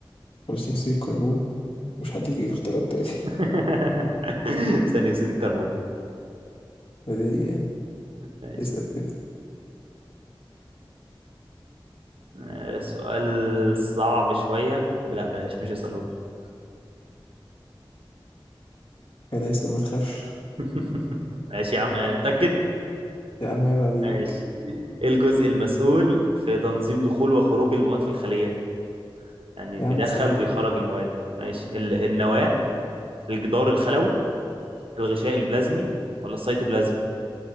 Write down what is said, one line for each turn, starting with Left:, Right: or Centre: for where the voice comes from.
Left: ولا ثاني أكسيد الكربون مش هديك اختيارات تاني
Right: <laughs> ثاني اكسيد الكربون
Left: <laughs> بديهية يعني
Right: ماشي
Left: اسأل كده
Right: آه، سؤال صعب شوية لا بلاش مش هسأله لك.
Left: كده اسأل ما تخافش
Right: <laughs> ماشي يا عم يعني متأكد
Left: يا عم عيب عليك
Right: ماشي ايه الجزء المسؤول في تنظيم دخول وخروج المواد في الخلية يعني اللي
Left: يا عم
Right: بيدخل
Left: سهل
Right: ويخرج المواد ماشي ال- النواة الجدار الخلوي الغشاء البلازمي ولا السيتوبلازم